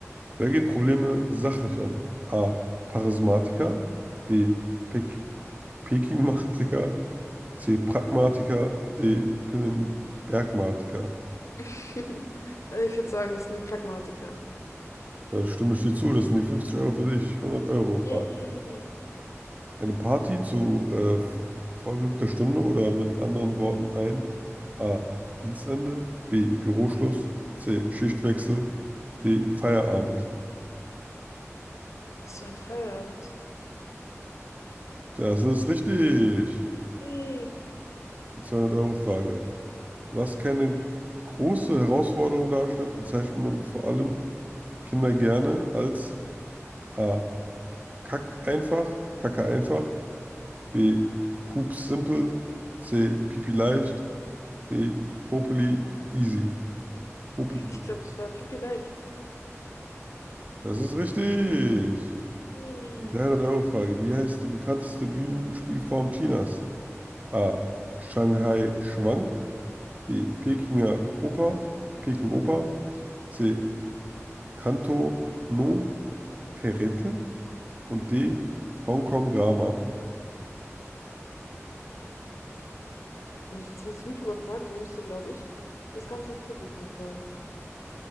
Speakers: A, on the right; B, on the left.
A: Wer geht Probleme sachlich an? A. Charismatiker. B. Pek Pekingmatiker. C. Pragmatiker. D. Pinnenbergmatiker.
B: <laughs> Äh, Ich würde sagen, das sind die Pragmatiker.
A: Da stimme ich dir zu. Das sind die 50 Euro für dich. 100 Euro Frage.
B: Yay.
A: Eine Party zu äh, vorgerückter Stunde oder mit anderen Worten ein A. Dienstende B. Büroschluss C. Schichtwechsel D. Feierabend.
B: Ach so, ein Feierabend.
A: Das ist richtig.
B: Yay.
A: Die zweihundert euro frage Was keine große Herausforderung darstellt, bezeichnet man vor allem Kinder gerne als A. Kack einfach, Kacke einfach B. Pups simpel C. Pipi leicht D. Popeli easy. Popeli.
B: Ich glaube, es war pipi leicht.
A: Das ist richtig.
B: Yay.
A: Die 300-Euro-Frage. Wie heißt die bekannteste Bühnenspielform Chinas? A. Shanghai Schwank. B. Pekinger Oper. Peking Oper. C. Canto no Perrette. Und D. Hongkong Drama.
B: Da bin ich tatsächlich ziemlich überfragt und müsste, glaube ich, das ganze Publikum fragen.